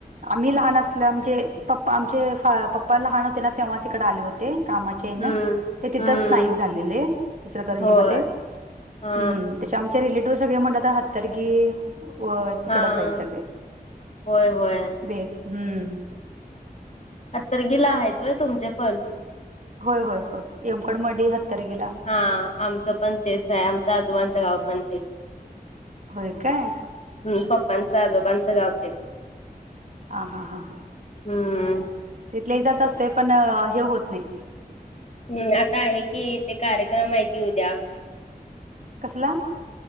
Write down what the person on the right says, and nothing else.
आम्ही लहान असल्या म्हणजे पप्पा आमचे पप्पा लहान होते. ना तेव्हाच इकडे आले होते कामाचे. चेन
ते तिथंच
स्थायिक झालेले इचलकरंजी
मध्ये.
हम्म, त्याच्या आमचे रिलेटिव्ह सगळे म्हणतात हत्तरगी. होय तिकडच
हाईत सगळे
बेग हम्म.
होय होय होय, येमकड मडी हत्तर गिला.
होय काय.
हा हा हा हा,
इथल्या इथंच असतं पण हे होत नाही.
कसला.